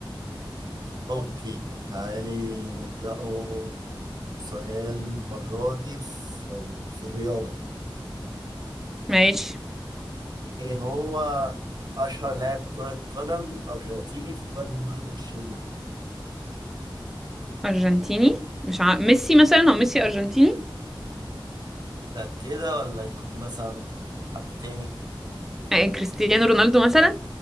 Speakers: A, on the right; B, in the centre.
A: أوكي تعالي نبدأه سؤال المرة دي في في الرياضة
B: ماشي
A: إيه هو أشهر لاعب كرة قدم أرجنتيني في القرن الواحد وعشرين
B: أرجنتيني مش ع... ميسي مثلا أو ميسي أرجنتيني
A: ده كده ولا يكون مثلا حد تاني
B: آه، كريستيانو رونالدو مثلا